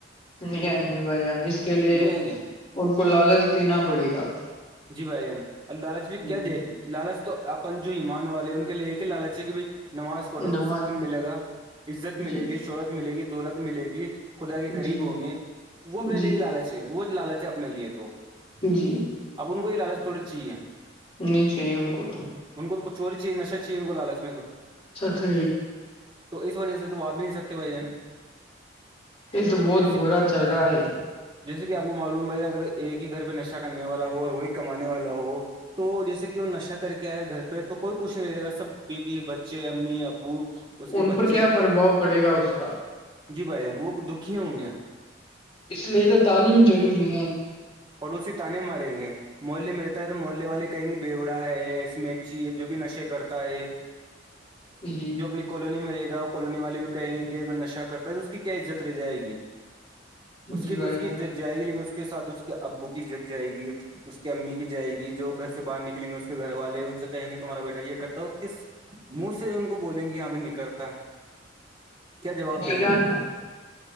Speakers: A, on the left; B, on the right.
A: نہیں آئیں گی بھائی جان اس کے لیے
B: نہیں آئیں گے
A: ان کو لالچ دینا پڑے گا
B: جی بھائی جان ال لالچ بھی کیا
A: جی
B: دیکھ لالچ تو اپن جو ایمان والے ان کے لیے یہ کہ لالچ ہے کہ بھائی نماز فڑوخ
A: نماز
B: سکون ملے گا عزت ملے
A: جی
B: گی شہرت ملے گی دولت ملے گی خدا کے قریب
A: جی
B: ہوں گے وہ اپنے
A: جی
B: لیے لالچ ہے وہ لالچ ہے اپنے لیے تو
A: جی
B: اب ان کو یہ لالچ تھوڑی چاہیے
A: نہیں چاہیے ان کو تو
B: ان کو تو ک چوری چی نشر چاہی ان کو لالچ میں تو
A: تھھ
B: تو اس وجہ سے تو آپ بھی نہیں سکتے بھائی جان
A: یہ تو بہت
B: جیسے
A: برا
B: کہ
A: چل رہا ہے
B: جیسے کہ آپ کو معلوم اگر ایک ہی گھر پہ نشہ کرنے والا ہو اور وہی کمانے والا ہو تو جیسے کہ وہ نشہ کر کے آئے گا گھر پہ تو کوئی کچھ نہیں رہے گا سب بی بیی بچے امی ابو اس کے
A: ان
B: بچے
A: پر کیا پربھؤ پڑے گا اس کا
B: جی بھائیان وہ دکھی ہوں گیا
A: اس لیے تو تعلیم ضروری ہے
B: پڑوسی تانے ماریں گے محلے میں رہتا ہے تو محلے والے کہیں گے بیوڑا ہے میکچی ہے جو بھی نشے کرتا ہے
A: جی
B: جو اپنی کالونی میں رہے گا کالونی والے بھی کہیں گے کہ میں نش کرتا ہے تو اس کی کیا عزت رہ جائے گی اس
A: جی
B: کی
A: بھائی
B: تو اس
A: جان
B: کی جج جائے گی لیکن اس کے ساتھ اس کے ابو کی جج جائے گی اس کی امی کی جائے گی جو گھر سے باہر نکلیں گے اس کے گھر والے ان سے کہیں گے تمہارا بیٹا یہ کرتا ہو کس منہ سے ان کو بولیں گے یہاں بھی نکلتا کیا جواب
A: بھائی
B: دیں
A: جان
B: گے وہ